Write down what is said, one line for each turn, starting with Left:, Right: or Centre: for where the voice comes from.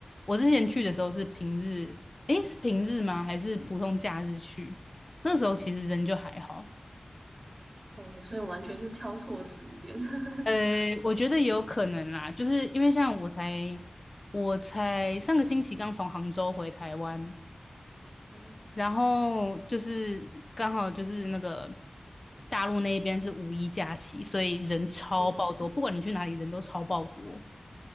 Left: 我之前去的时候是平日，诶，是平日吗？还是普通假日去？那时候其实人就还好。
Right: 哦，所以我完全是挑错时间。<laughs>
Left: 呃，我觉得也有可能啦，就是因为像我才我才上个星期刚从杭州回台湾，
Right: 哦，
Left: 然后就是刚好就是那个大陆那一边是五一假期，所以人超爆多，
Right: 嗯，
Left: 不管你去哪里，人都超爆多。